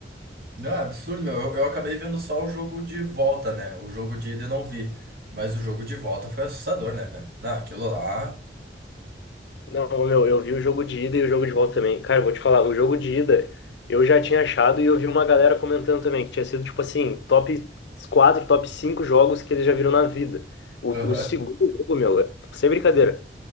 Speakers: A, on the right; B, on the left.
A: Não, é absurdo, meu. Eu, eu acabei vendo só o jogo de volta, né? O jogo de ida eu não vi. Mas o jogo de volta foi assustador, né, cara? Não, aquilo lá.
B: Não, meu, eu vi o jogo de ida e o jogo de volta também. Cara, eu vou te falar, o jogo de ida eu já tinha achado e eu vi uma galera comentando também que tinha sido, tipo assim, top 4, top 5 jogos que eles já viram na vida. O,
A: Aham.
B: o segundo jogo, meu, é- sem brincadeira.